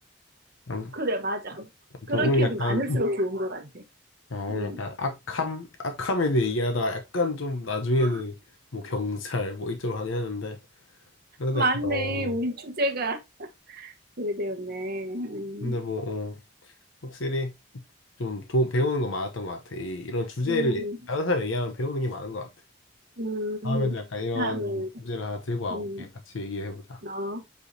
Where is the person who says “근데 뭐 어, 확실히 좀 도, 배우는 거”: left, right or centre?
Left